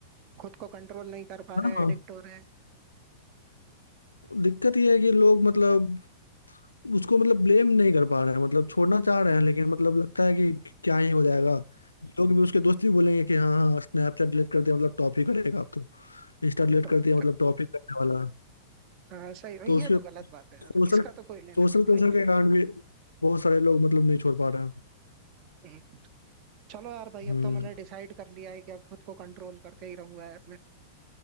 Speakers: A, on the right; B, on the left.
A: खुद को कंट्रोल नहीं कर पा रहे
B: हाँ हाँ।
A: एडिक्ट हो रहे
B: दिक्कत ये है कि लोग मतलब उसको मतलब ब्लेम नहीं कर पा रहे हैं मतलब छोड़ना चाह रहे हैं लेकिन मतलब लगता है कि क्या ही हो जाएगा लोग भी उसके दोस्त भी बोलेंगे कि हाँ हाँ स्नैपचैट डिलीट कर दिया मतलब टॉप ही करेगा अब तो इंस्टा डिलीट
A: हैं टॉपिक
B: कर दिया मतलब टॉप ही करने वाला है।
A: सही भाई
B: तो उसके
A: ये तो गलत बात है यार
B: सोशल
A: इसका तो कोई लेना
B: सोशल
A: देना
B: प्रेशर
A: नहीं है
B: के कारण भी बहुत सारे लोग मतलब नहीं छोड़ पा रहे हैं
A: हम्म। चलो यार भाई
B: हम्म
A: अब तो मैंने डिसाइड कर लिया है कि अब खुद को कंट्रोल करके ही रहूंगा यार